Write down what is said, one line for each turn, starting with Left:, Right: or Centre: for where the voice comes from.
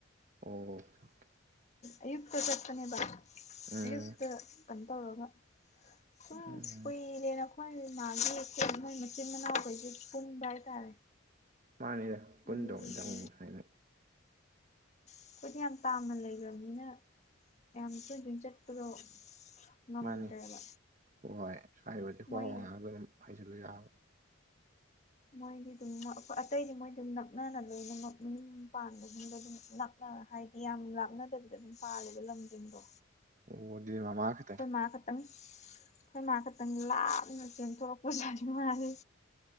Right: ꯑꯣ ꯑꯣꯀ‌ꯦ
Left: ꯑꯌꯨꯛꯇ ꯆꯠꯄꯅ‌ꯦꯕ
Right: ꯎꯝ
Left: ꯑꯌꯨꯛꯇ ꯀꯩꯟ ꯇꯧꯔꯒ ꯁꯨꯝ
Right: ꯎꯝ
Left: ꯀꯨꯏꯔꯦ ꯑꯈꯣꯏ ꯃꯥꯒꯤ ꯑꯩꯈꯣꯏ ꯃꯣꯏ ꯃꯆꯤꯟ ꯃꯅꯥꯎꯈꯩꯁꯦ ꯄꯨꯟꯕ ꯍꯥꯏꯇꯥꯔꯦ꯫
Right: ꯃꯥꯅꯤꯗ ꯄꯨꯟꯗꯧꯅꯤꯗ
Left: ꯑꯗꯨꯗꯒꯤ
Right: ꯑꯃꯨꯃꯨꯛ ꯁꯥꯏꯅꯥ꯫
Left: ꯑꯩꯈꯣꯏꯗꯤ ꯌꯥꯝ ꯇꯥꯝꯅ ꯂꯩꯈ꯭ꯔꯕꯅꯤꯅ ꯌꯥꯝ ꯇ‌ꯣꯏꯟ ꯇ‌ꯣꯏꯟ ꯆꯠꯄꯗꯣ ꯉꯝꯗ꯭ꯔꯦꯕ
Right: ꯃꯥꯅꯤ ꯍꯣꯏ ꯍꯥꯏꯔꯤꯕꯗꯤ
Left: ꯃꯣꯏ
Right: ꯋꯥ ꯋꯥ ꯉꯥꯛꯇ ꯑꯗꯨꯝ ꯍꯩꯖꯜꯂꯨ ꯌꯥꯕ
Left: ꯃꯣꯏꯗꯤ ꯑꯗꯨꯝ ꯑꯇꯩꯗꯤ ꯃꯣꯏꯗꯨꯝ ꯅꯛꯅꯅ ꯂꯣꯏꯅꯃꯛ ꯃꯌꯨꯝ ꯄꯥꯟꯕꯒꯨꯝꯗ ꯑꯗꯨꯝ ꯅꯛ ꯍꯥꯏꯗꯤ ꯌꯥꯝ ꯂꯥꯞꯅꯗꯕꯤꯗ ꯑꯗꯨꯝ ꯄꯥꯜꯂꯦꯕ ꯂꯝꯁꯤꯡꯗꯣ
Right: ꯑꯣ ꯗꯨꯗꯤ ꯃꯃꯥ ꯈ
Left: ꯑꯈꯣꯏ ꯃꯥ ꯈꯛꯇꯪ ꯑꯩꯈꯣꯏ ꯃꯥ ꯈꯛꯇꯪ ꯂꯥꯞꯅ ꯆꯦꯟꯊꯣꯔꯛ ꯄꯨꯖꯥꯅꯤ ꯃꯥꯅ‌ꯦ